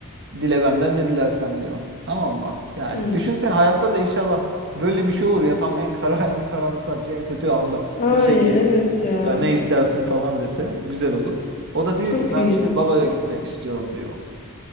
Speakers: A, on the right; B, on the left.
A: dile benden ne dilersen diyor. Tamam mı? Yani
B: Hmm.
A: düşünsen hayatta da inşallah böyle bir şey olur ya tam en kara <laughs> en karamsar şey, en kötü anda
B: Ay
A: bir şey gelip
B: evet
A: de
B: ya.
A: ya ne istersin falan dese güzel olur. O da diyor
B: Çok
A: ki ben
B: iyi.
A: işte baloya gitmek istiyorum diyor.